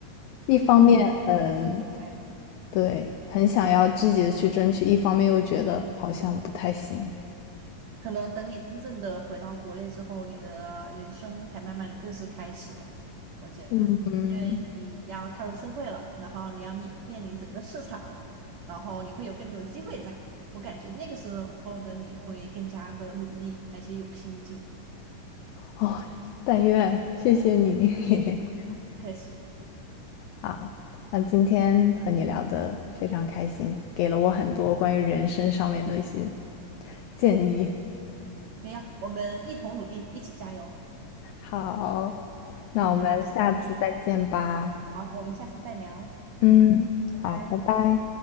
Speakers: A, on the left (about 85°); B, on the right (about 70°).
A: 一方面很
B: 嗯，明白。
A: 对，很想要积极的去争取，一方面又觉得好像不太行。
B: 可能等你真正的回到国内之后，你的人生才慢慢地正式开始了。我觉得
A: 嗯，
B: 你要踏入社会了，然后你要面面临整个市场了，然后你会有更多机会在。我感觉那个时候的你会更加的努力，而且有拼劲。
A: 哦，但愿，谢谢你。<laughs>
B: 不客气。
A: 好，那今天和你聊的非常开心，给了我很多关于人生上面的一些建议。
B: 没有，我们一同努力，一起加油。
A: 好，那我们下次再见吧。
B: 嗯，好，谢谢你。好，我们下次再聊。
A: 嗯，
B: 嗯，拜拜。
A: 好，拜拜。